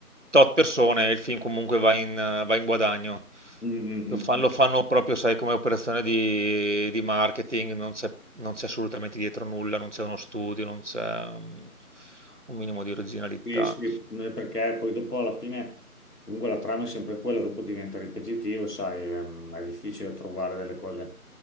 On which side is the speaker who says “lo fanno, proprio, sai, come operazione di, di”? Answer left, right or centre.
Right